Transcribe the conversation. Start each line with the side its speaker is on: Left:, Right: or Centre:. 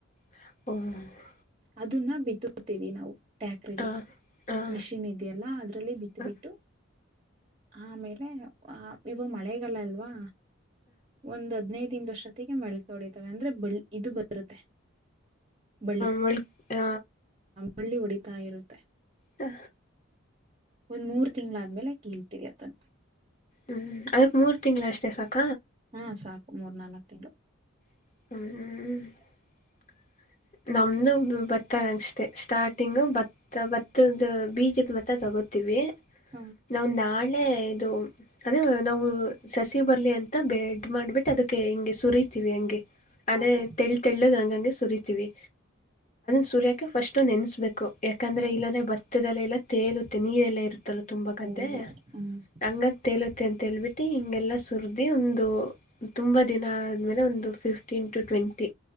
Left: ಹ್ಮ
Right: ಅದನ್ನ ಬಿತ್ತುತ್ತೇವಿ ನಾವು ಟ್ಯಾಕ್ರಿಲಿ
Left: ಹಾಂ ಹಾಂ
Right: ಮಿಷಿನ್ ಇದೆಯಲ್ಲ ಅದ್ರಲ್ಲಿ ಬಿತ್ತ
Left: ಹ
Right: ಬಿಟ್ಟು ಆಮೇಲೆ ಇವಾಗ ಮಳೆಗಲ್ಲ ಅಲ್ವಾ ಒಂದ್ ಹದ್ನೈದಿಂದ ವರ್ಷ ಗೆ ಮಳ್ಕ ಹೊಡಿತವೆ ಅಂದ್ರೆ ಬಳ್ಳಿ ಇದು ಬರುತ್ತೆ ಬಳ್ಳಿ
Left: ಮಳ ಆ
Right: ಹಳ್ಳಿ ಹೊಡಿತಾ ಇರುತ್ತೆ
Left: ಹ
Right: ಒಂದ್ ಮೂರ್ ತಿಂಗ್ಗಳಾದ್ಮೇಲೆ ಕೇಳ್ತವಿ ಅದನ್ನ
Left: ಹ್ಮ್ ಅದಕ್ ಮೂರ್ ತಿಂಗಗಳ ಅಷ್ಟೇ ಸಾಕ
Right: ಹಾ ಸಾಕು ಮೂರ್ ನಾಲ್ಕ್ ತಿಂಗಳು
Left: ಹ್ಮ್ಮ ನಮ್ದ ಭತ್ತ ಅಷ್ಟೇ ಸ್ಟಾರ್ಟಿಂಗ್ ಬತ್ತ ಬತ್ತದ ಬೀಗದ ಭತ್ತ ತಗೋ ಕೊತಿವಿ
Right: ಹ್ಮ
Left: ನಾವು ನಾಳೆ ಇದು ಅದ ನಾವು ಸಸಿ ಬರ್ಲಿ ಅಂತ ಬ್ರೀಡ್ ಮಾಡ್ಬಿಟ್ಟು ಅದಕ್ಕೆ ಹಿಂಗೆ ಸುರಿ ಹಂಗೆ
Right: ಹಾ
Left: ಅಂದ್ರೆ
Right: ಹಾ
Left: ತೆ ತೆಳ್ಳದು ಹಂಗ ಹಂಗೆ ಸುರಿತಿವಿ ಸೂರ್ಯಕ ಫಸ್ಟ್ ನೆನೆಸ್ಬೇಕು ಯಾಕಂದ್ರೆ
Right: ಹಾ ಹಾ
Left: ಇಲ್ಲನೆ ಭತ್ತದಲ್ಲೆಲ್ಲ ತೇಲುತ್ತೆ ನೀರೆಲ್ಲಾ ಇರುತ್ತ ತುಂಬ ಗದ್ದೆ
Right: ಹೌದು ಹ್ಮ್
Left: ಹಂಗ ತೇಲೆ ಅಂತೇಳ್ಬಿಟ್ಟಿ ಹಿಂಗೆಲ್ಲಾ ಸುರಿದಿ ಒಂದು ತುಂಬಾ ದಿನ ಆದ್ಮೇಲೆ ಒಂದು ಫಿಫ್ಟೀನ್ ಟು ಟ್ವೆಂಟಿ